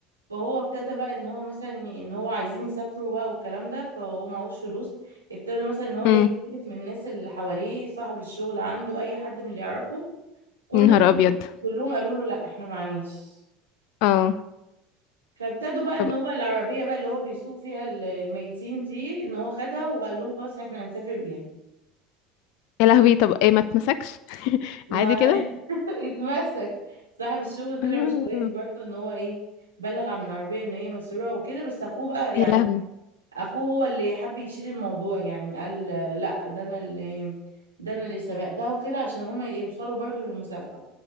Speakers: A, on the right (about 85°); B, on the left (about 60°).
A: فهو ابتدى بقى ان هو مثلا ي- ان هو عايزين يسافروا بقى والكلام ده فهو معهوش فلوس ابتدى مثلا ان هو يستلف
B: امم
A: من الناس اللي حواليه صاحب الشغل عنده اي حد من اللي يعرفهم كلهم
B: يا نهار ابيض
A: كلهم قالوا له لا احنا معناش
B: اه
A: فابتدوا بقى
B: طب
A: ان هو العربية بقى اللي هو بيسوق فيها ال- الميتين دي ان هو خدها وقال لهم خلاص احنا هنسافر بيها
B: يا لهوي طب ايه ما اتمسكش <laughs>
A: ما
B: عادي كده
A: <laughs> اتمسك صاحب الشغل طلع
B: آه.
A: مش كويس برضه ان هو ايه بلغ عن العربية ان هي مسروقة وكده بس اخوه بقى يعني
B: يا لهوي
A: اخوه هو اللي حب يشيل الموضوع يعني قال لا ده انا اللي ده انا اللي سبقتها وكده عشان هما يوصلوا برضو للمسابقة